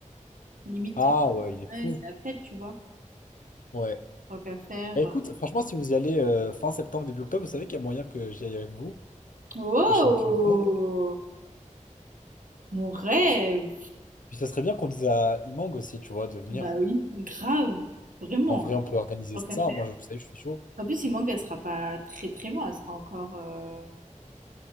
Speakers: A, on the right; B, on the left.
A: Limite,
B: Ah ouais,
A: euh,
B: il est
A: ouais,
B: fou.
A: c'est la fête, tu vois.
B: Ouais.
A: Tant qu'à faire.
B: Bah
A: euh.
B: écoute, franchement, si vous y allez euh, fin septembre, début octobre, vous savez qu'il y a moyen que j'y aille avec vous.
A: Oh,
B: La chaîne Plunk.
A: mon rêve!
B: Puis ça serait bien qu'on dise à Imang aussi, tu vois, de venir.
A: Bah oui, grave, vraiment,
B: En vrai, on peut organiser
A: tant qu'à
B: ça.
A: faire.
B: Moi, je sais que je suis chaud.
A: En plus, Imang, elle sera pas très très loin, elle sera encore. euh,